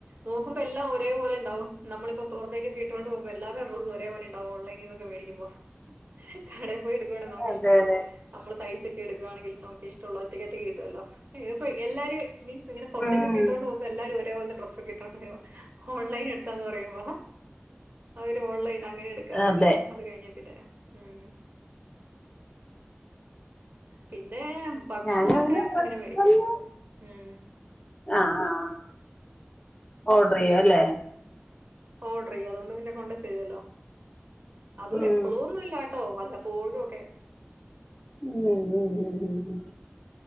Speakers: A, on the right; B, on the left.
A: നോക്കുമ്പോ എല്ലാം ഒരേപലെ ഉണ്ടാവും നമ്മളിപ്പോ പുറത്തേക്കെക്കൊക്കെ ഇട്ടോണ്ട് പോകുമ്പോ എല്ലരുടെ ഡ്രസ് ഒരേപോലെണ്ടാവും ഓൺലൈനിൽ നിന്നൊക്കെ മേടിക്കുമ്പോ കടെ പോയിട്ട് എടുക്കുവാണേ നമുക്ക്
B: അതെ
A: ഇഷ്ടള്ളൂ
B: അതെ
A: നമ്മള് തയ്ച്ചൊക്കെ എടുക്കുകയാണെങ്കിൽ നമ്മക്ക് ഇഷ്ടോള്ളെ ഒറ്റക് ഒറ്റക് കിട്ടുവല്ലോ, ഇതിപ്പോ എല്ലാരും മീൻസ് ഇങ്ങനെ പുറത്തെക്കൊക്കെയിട്ടോണ്ട്
B: ഉം
A: പോകുമ്പോ എല്ലാരും ഒരേപോലത്തെ ഡ്രസ്സ് ക്കിട്ടോണ്ട് വരുമ്പോ ഓൺലൈൻ എടുത്താന്ന് പറയുമ്പോ അവര് ഓൺലൈൻ അങ്ങനെ എടുക്കു എടുക്കാറില്ല
B: അതെ
A: അത് കഴിഞ്ഞെപ്പിന്നെ ഉമ് പിന്നെ ഭക്ഷണൊക്കെ
B: ഞാനും അങ്ങനെ ഡ്രസ്സൊന്നും
A: ഇങ്ങനെ മേടികും ഉം
B: ആഹ് ആഹ് ഓഡർ ചെയ്യും അല്ലേ?
A: ഓഡർ ചെയ്യും അതുകൊണ്ട് പിന്നെ കൊണ്ടെതരുവല്ലോ അതും
B: ഉം
A: എപ്പളും ഒന്നും ഇല്ലാട്ടോ വല്ല പ്പോഴും ഒക്കെ
B: ഉം ഉം ഉം